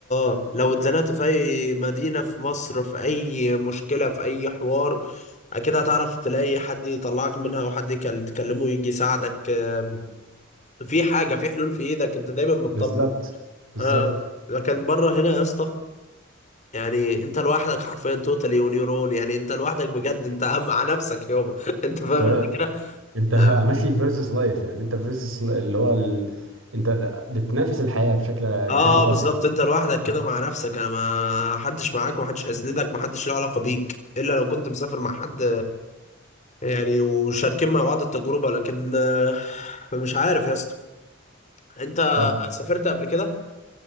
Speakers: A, on the left; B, on the right.
A: آه. لو اتزنقت في اي مدينة في مصر في اي مشكلة في اي حوار اكيد هتعرف تلاقي حد يطلعك منها وحد يكل- تكلمه يجي يساعدك آم، في حاجة في حلول في ايدك انت دايما مطمن
B: بالظبط بالظبط
A: آه لكن بره هنا يا اسطى يعني انت لوحدك حرفيا توتالي ونيورون يعني انت لوحدك بجد انت <laughs> مع نفسك يابا <laughs> انت فاهم
B: انت
A: الفكرة
B: انت
A: اه
B: <laughs> ماشي في فيرسس لايف يعني انت فيرسس اللي هو ال... انت بتنافس الحياة بشكل
A: آه،
B: بشكل خاص
A: بالظبط
B: يعني
A: انت لوحدك كده
B: اه.
A: مع نفسك انا ما حدش معاك ومحدش هيسندك محدش له علاقة بيك الا لو كنت مسافر مع حد يعني وشاركين مع بعض التجربة لكن آه، مش عارف يا اسطى انت
B: طب
A: سافرت قبل كده؟